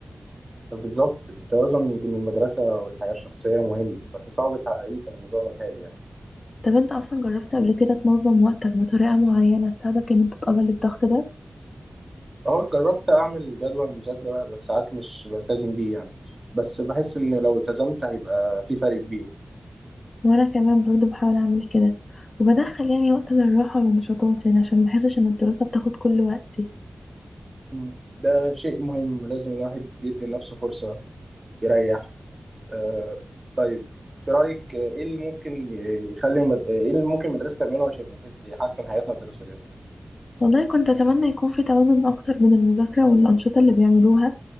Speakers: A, on the right (about 25°); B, on the left (about 45°).
A: فبالظبط التوازن بين المدرسة والحياة الشخصية مهم بس صعب تحققيه في النظام الحالي يعني
B: طب انت أصلا جربت قبل كده تنظم وقتك بطريقة معينة تساعدك إن انت تقلل الضغط ده؟
A: أه جربت أعمل جدول مذاكرة بقى بس ساعات مش بلتزم بيه يعني بس بحس إن لو التزمت هيبقى في فرق كبير
B: وانا كمان برضو بحاول اعمل كده وبدخل يعني وقت للراحة والنشاطات يعني عشان ما احسش ان الدراسة بتاخد كل وقتي
A: مم. ده شيء مهم لازم الواحد يدي لنفسه فرصة يريح آه طيب في رأيك آه، ايه اللي ممكن يخلي المد... ايه اللي ممكن المدرسة تعمله عشان يحس يحسن حياتنا الدراسية؟
B: والله كنت اتمنى يكون في توازن اكتر بين المذاكرة والانشطة اللي بيعملوها